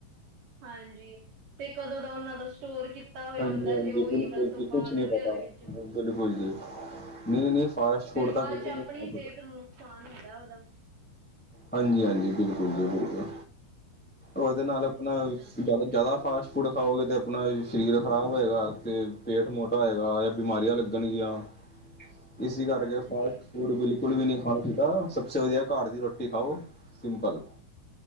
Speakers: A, on the right; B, in the centre.
A: ਹਾਂਜੀ ਤੇ ਕਦੋਂ ਦਾ ਉਹਨਾਂ ਦਾ ਸਟੋਰ ਤਾ ਹੋਇਆ
B: ਹਾਂਜੀ
A: ਹੁੰਦਾ
B: ਹਾਂਜੀ
A: ਤੇ ਉਈ
B: ਬਿਲਕੁਲ
A: ਬਸ ਉਹ
B: ਜੀ
A: ਪਾ
B: ਕੁਛ
A: ਦਿੰਦੇ
B: ਨਹੀਂ ਪਤਾ
A: ਆ ਉਹਦੇ ਵਿੱਚ।
B: ਬਿਲਕੁਲ ਜੀ, ਨਈ-ਨਈ ਫਾਸਟ
A: ਫਿਰ
B: ਫੂਡ ਤਾਂ
A: ਬਾਅਦ
B: ਬ
A: ਚ ਆਪਣੀ
B: ਖਾ
A: ਸਿਹਤ ਨੂੰ ਨੁਕਸਾਨ ਹੁੰਦਾ ਉਹਦਾ।
B: ਹਾਂਜੀ-ਹਾਂਜੀ ਬਿਲਕੁਲ ਜੀ ਬਿਲਕੁਲ, ਉਹਦੇ
A: ਹਾਂਜੀ
B: ਨਾਲ ਆਪਣਾ
A: ਇਹ ਤਾਂ
B: ਜਿਆਦਾ-ਜ਼ਿਆਦਾ ਫਾਸਟ ਫੂਡ ਖਾਓਗੇ ਤੇ ਆਪਣਾ ਸਰੀਰ ਖਰਾਬ ਹੋਏਗਾ ਤੇ ਪੇਟ ਮੋਟਾ ਹੋਏਗਾ ਜਾਂ ਬਿਮਾਰੀਆਂ ਲੱਗਣਗੀਆਂ।
A: <inaudible>
B: ਇਸੀ ਕਰਕੇ
A: ਹਾਂਜੀ
B: ਫਾਸਟ ਫੂਡ ਬਿਲਕੁਲ ਵੀ ਨਹੀਂ ਖਾਣਾ ਚਾਹੀਦਾ ਸਭ ਸੇ ਵਧੀਆ ਘਰ ਦੀ ਰੋਟੀ। ਰੋਟੀ ਖਾਓ ਸਿੰਮਪਲ।